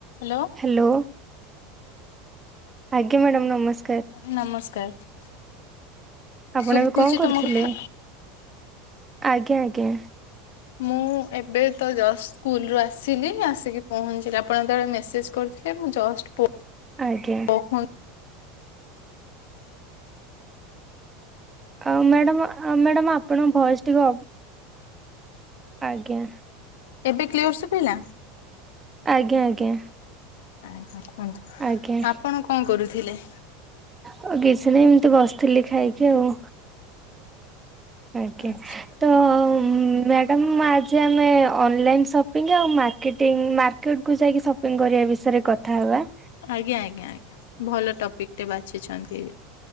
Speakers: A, on the left; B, on the right.
A: ହାଲୋ।
B: ହାଲୋ ଆଜ୍ଞା ମ୍ୟାଡ଼ାମ ନମସ୍କାର।
A: ନମସ୍କାର।
B: ଆପଣ
A: ଶୁଭୁଛି
B: ଏବେ କଣ କରୁଥିଲେ
A: ତମ କଥା?
B: ଆଜ୍ଞା ଆଜ୍ଞା।
A: ମୁଁ ଏବେ ତ ସ୍କୁଲ ରୁ ଆସିଲି ଆସିକି ପହଞ୍ଚିଲେ ଆପଣ ଯେତେବେଳେ ମେସେଜ କରିଥିଲେ ମୁଁ ଜଷ୍ଟ
B: ଆଜ୍ଞା।
A: ପହଞ୍ଚୁଥିଲି
B: ଆ ମ୍ୟାଡାମ ମ୍ୟାଡାମ ଆପଣଙ୍କ ଭୟସ ଟିକେ ଆଜ୍ଞା
A: ଏବେ କ୍ଲିଅର ଶୁଭିଲା?
B: ଆଜ୍ଞା ଆଜ୍ଞା।
A: ଆଜ୍ଞା କୁହନ୍ତୁ
B: ଆଜ୍ଞା
A: ଆପଣ କଣ କରୁଥିଲେ
B: ଆଉ କିଛି ନାହିଁ ଏମିତି ବସିଥିଲି ଖାଇକି ଆଉ ଆଜ୍ଞା
A: ଆଚ୍ଛା।
B: ତ ମ୍ୟାଡ଼ାାମ ଆଜି ଆମେ ଅନଲାଇନ୍ ସପିଙ୍ଗ ଆଉ ମାର୍କେଟିଂ ମାର୍କେଟକୁୁ ଯାଇକି ସପି କପି କରିବା ବିଷୟରେ କଥା ହବା।
A: ଆଜ୍ଞା ଆଜ୍ଞା ଆଜ୍ଞା ଭଲ ଟପିକ ଟେ ବାଛିଛନ୍ତି।